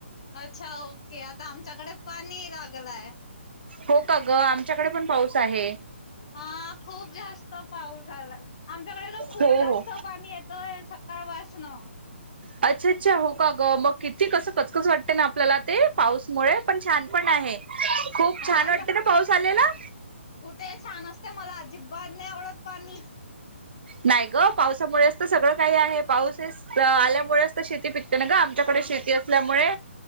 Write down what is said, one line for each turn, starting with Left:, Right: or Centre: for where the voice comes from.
Left: अच्छा ओके आता आमच्याकडे पाणी लागलंय.
Right: हो का ग आमच्याकडे पण पाऊस आहे.
Left: हा खूप जास्त पाऊस आला आमच्याकडे तर खूप
Right: हो
Left: जास्त
Right: हो
Left: पाणी येतंय. तळ वाास ना
Right: अच्छा अच्छा हो का? ग मग किती कसं खचकस वाटते ना आपल्याला ते पाऊसमुळे पण छान पण आहे. खूप
Left: मला
Right: छान
Left: आता
Right: वाटते ना पाऊस आलेला?
Left: कुठे छान असते मला अजिबात नाही आवडत पाणी.
Right: नाही ग पावसामुळेच तर सगळं काही आहे पाऊसस आल्यामुळे शेती पिकते ना ग आमच्याकडे शेती असल्यामुळे